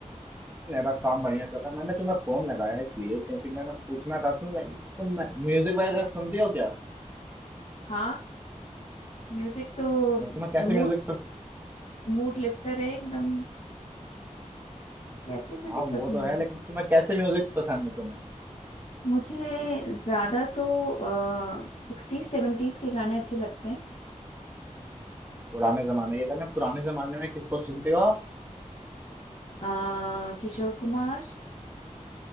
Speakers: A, on the right (about 15°); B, on the left (about 60°).
A: मेरा काम बढ़िया चल रहा है मैंने तुम्हें फोन लगाया इसलिए क्योंकि मैंने पूछना था तुम तुम म्यूजिक वगैरह सुनती हो क्या
B: हाँ म्यूजिक तो
A: यार तुम्हें कैसे
B: मूड
A: म्यूजिक पसंद
B: मूड लिफ्टर है एकदम कैसे म्यूजिक
A: हाँ
B: पसंद
A: वो तो है
B: है
A: लेकिन तुम्हें कैसे म्यूजिक पसंद है तुम्हें
B: मुझे ज्यादा तो आ, सिक्सटीज सेवेंटीज के गाने अच्छे लगते हैं
A: पुराने जमाने के गाने पुराने जमाने में किसको सुनते हो आप
B: अ, किशोर कुमार